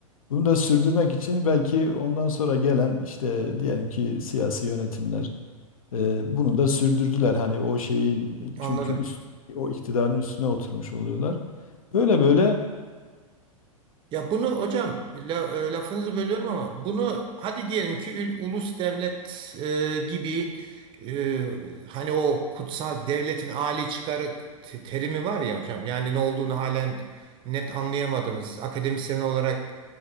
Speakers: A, on the left (about 75°); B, on the right (about 30°).
A: bunu da sürdürmek için belki ondan sonra gelen işte diyelim ki siyasi yönetimler e, bunu da sürdürdüler. Hani o şeyin
B: anladım.
A: çünkü üst, o iktidarın üstüne oturmuş oluyorlar. Böyle böyle
B: Ya bunu hocam la- e, lafınızı bölüyorum ama bunu hadi diyelim ki ül- ulus devlet e, gibi e, hani o kutsal devletin âli çıkarı te- terimi var ya hocam yani ne olduğunu halen net anlayamadığımız akademisyen olarak